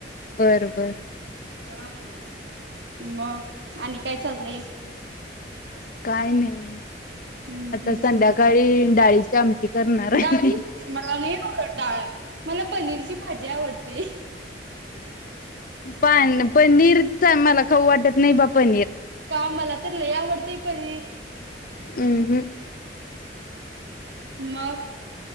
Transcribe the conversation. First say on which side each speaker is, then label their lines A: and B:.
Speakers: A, on the left; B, on the right.
A: बर बर.
B: हा हा मग आणि काय चाललंय?
A: काय नाही
B: हम्म
A: आता
B: हम्म
A: संध्याकाळी डाळीच ची आमटी. करणार आहे.
B: डाळ मला नाही, आवडत डाळ मला पनीरची भाजी आवडते
A: पण पनीर तर मला खाऊ वाटत नाही बाबा पनीर
B: का? मला तर लय आवडतय पनीर.
A: हू हुं.
B: मग.